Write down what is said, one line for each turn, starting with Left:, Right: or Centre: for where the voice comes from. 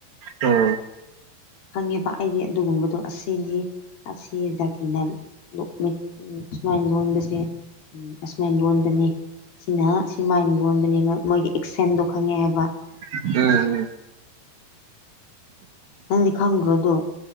Right: ꯎꯝ
Left: ꯈꯪꯉꯦꯕ ꯑꯩꯗꯤ ꯑꯗꯨꯒꯨꯝꯕꯗꯣ ꯑꯁꯤꯗꯤ ꯑꯁꯤ ꯖꯥꯇꯤꯅ ꯑꯁꯨꯃꯥꯏ ꯂꯣꯟꯕꯁꯦ ꯑꯁꯨꯃꯥꯏꯅ ꯂꯣꯟꯕꯅꯤ ꯁꯤꯅ ꯁꯤ ꯃꯥꯏꯟ ꯂꯣꯟꯕꯅꯤ ꯃꯣꯏꯒꯤ ꯑꯦꯛꯁꯦꯟꯗꯣ ꯈꯪꯉꯦ ꯍꯥꯏꯕ
Right: ꯎꯝ <inaudible>
Left: ꯅꯪꯗꯤ ꯈꯪꯗ꯭ꯔꯣꯗꯣ